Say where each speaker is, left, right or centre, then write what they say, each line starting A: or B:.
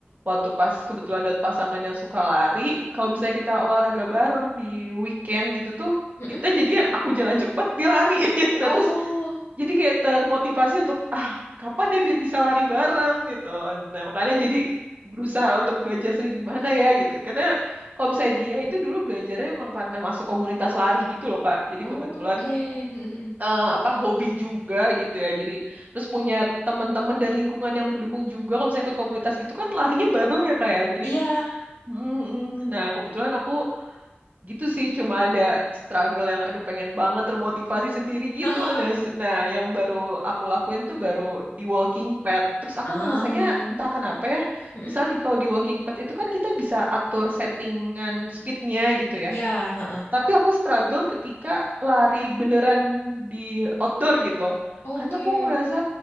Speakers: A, on the right (about 40°); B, on the left (about 80°).
A: waktu pas kebetulan dapet pasangan yang suka lari, kalau misalnya kita olahraga bareng di weekend gitu tuh,
B: Mm-mm.
A: kita jadinya aku jalan cepet dia lari. <laughs> Nah
B: Oh
A: terus jadi kayak termotivasi untuk ah kapan deh biar bisa lari bareng gitu nah makanya jadi berusaha untuk belajar sendiri gimana ya gitu karena kalau misalnya dia itu dulu belajarnya emang karena masuk komunitas lari gitu loh Kak jadi
B: oke.
A: kebetulan
B: Mm-mm.
A: eh, apa hobi juga gitu ya jadi terus punya teman-teman dan lingkungan yang mendukung juga kalau misalnya ikut komunitas gitu kan larinya bareng ya Kak ya jadi
B: Iya.
A: mm, mm. nah kebetulan aku gitu sih cuma ada struggle yang aduh pengen banget termotivasi sendiri gitu
B: <laughs>
A: nah s- nah yang baru aku lakuin tuh baru di walking pad terus aku
B: Ah
A: ngerasanya entah kenapa ya
B: Mm-mm.
A: misalnya nih, kalau di walking pad itu kan kita bisa atur settingan speednya gitu ya
B: Iya. heeh.
A: tapi aku struggle ketika lari beneran di outdoor gitu
B: oke.
A: karena aku ngerasa